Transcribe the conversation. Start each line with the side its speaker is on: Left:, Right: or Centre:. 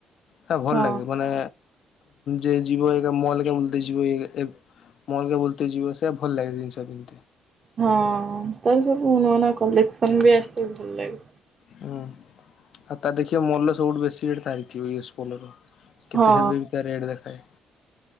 Left: ସେ ଭଲ
Right: ହଁ।
Left: ଲାଗେ ମାନେ ଯ ଯିବ ମଲ କେେ ବୁଲ ଯିବ ମଲ କେେ ବୁଲତ ଯିବ ସେଇ ଭଲ ଲାଗେ ଜିନିଷ ପିନ୍
Right: ହଁ ତାର ସବୁ ନ ନୂଆ ନୂଆ କଲେକ୍ସନ ବି ଆସେ ଭଲ ଲାଗେ।
Left: ହୁଁ ଆଉ ତା ଦେଖିବା ମଲ ସବୁଠୁ ବେଶୀ ଧାରିଥିବ ୟ ପୋଲର କେତେ
Right: ହଁ
Left: ହେବେ ବି ତା ରେଟ୍ ଦେଖାଏ।